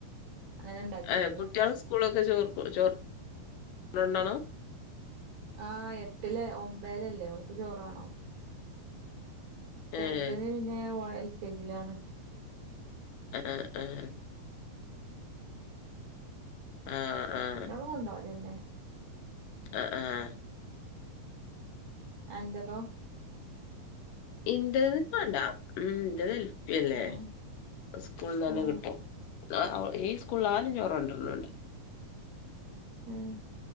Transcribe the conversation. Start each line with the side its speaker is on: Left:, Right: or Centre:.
Right: അങ്ങനെ ഇണ്ടാക്കിയേനി
Left: ഏ, കുട്ട്യാൾസ്കൂളൊക്കെ ചോറ് ചോറ്ണ്ടോണം
Right: ആഹ് എട്ടിലേ ഒമ്പലല്ലേ ഓല്ക്ക് ചോറാണം ചെറുതിന്
Left: ഏഹ്
Right: പിന്നെ ഓൻ എൽ കെ ജിലാണ്
Left: ആ ആ ആഹ് ആഹ് ആഹ്
Right: ണ്ടാളും കൊണ്ടാവല്ലേന്നെ
Left: ആ ആ
Right: അൻ്റതോ
Left: ഇൻ്റെത് ഇക്കാണ്ട ഉം ഇൻ്റെത് അല്ലേ
Right: ഏഹ്
Left: സ്കൂളിൽന്നന്നെ
Right: ആഹ്
Left: കിട്ടും ആ ഈ സ്കൂളിൽ ആരും ചോറ് കേണ്ടരണ് ണ്ട
Right: ഏഹ